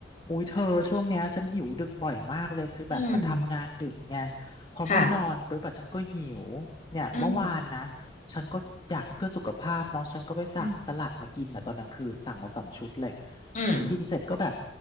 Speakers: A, on the left; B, on the left.
A: อุ้ยเธอช่วงเนี้ยฉันหิวดึกบ่อยมากเลยคือแบบมันทำงานดึกไง
B: อืม
A: พอไม่นอนปุ๊บอะฉันก็หิวเนี่ยเมื่อวานนะ
B: ค่ะอืม
A: ฉันก็อยากเพื่อสุขภาพเนาะฉันก็ไปสั่งสลัดมากินอ่ะตอนกลางคืนสั่งมาสองชุดเลย
B: อืมอืม
A: กินเสร็จก็แบบ